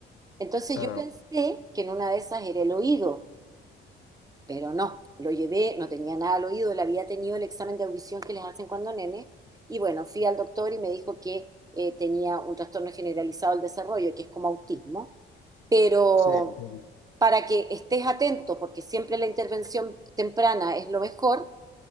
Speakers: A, on the right; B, on the left.
A: Entonces
B: claro.
A: yo pensé que en una de esas era el oído, pero no, lo llevé, no tenía nada al oído, le había tenido el examen de audición que les hacen cuando nene. Y bueno, fui al doctor y me dijo que eh, tenía un trastorno generalizado del desarrollo, que es como autismo pero
B: Sí, entiendo.
A: para que estés atento, porque siempre la intervención temprana es lo mejor,